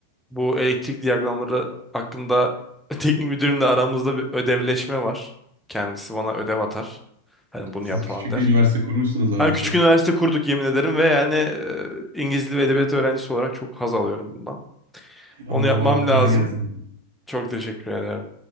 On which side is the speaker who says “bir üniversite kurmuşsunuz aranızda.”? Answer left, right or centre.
Right